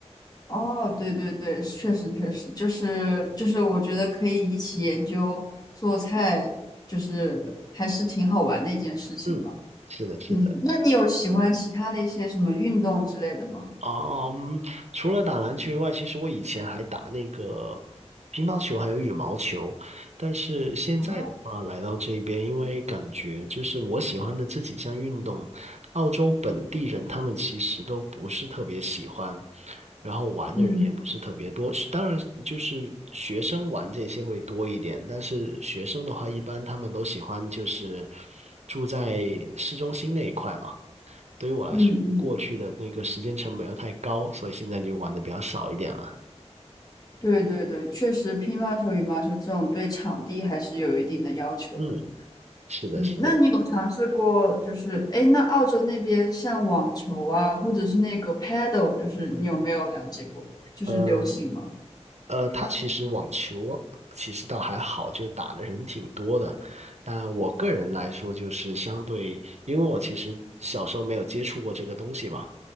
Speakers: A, on the left; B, on the right.
A: 哦，对对对，确实确实，就是就是，我觉得可以一起研究做菜，就是还是挺好玩的一件事情吧。
B: 嗯，是的，是的。
A: 嗯，那你有喜欢其他的一些什么运动之类的吗？
B: 嗯，除了打篮球以外，其实我以前还打那个乒乓球还有羽毛球，但是现在的话来到这边，
A: 啊，
B: 因为感觉就是我喜欢的这几项运动，澳洲本地人他们其实都不是特别喜欢，然后玩的人也不是特别多。
A: 嗯
B: 当然，就是学生玩这些会多一点，但是学生的话，一般他们都喜欢就是住在市中心那一块嘛。对于我来说，
A: 嗯嗯嗯，
B: 过去的那个时间成本又太高，所以现在就玩的比较少一点了。
A: 对对对，确实乒乓球、羽毛球这种对场地还是有一定的要求的。
B: 嗯，是的，
A: 嗯，
B: 是的。
A: 那你有尝试过，就是哎，诶那澳洲那边像网球啊，或者是那个 paddle，就是你有没有了解过？就是流行吗？
B: 呃呃，他其实网球其实倒还好，就打的人挺多的。但我个人来说，就是相对，因为我其实小时候没有接触过这个东西嘛，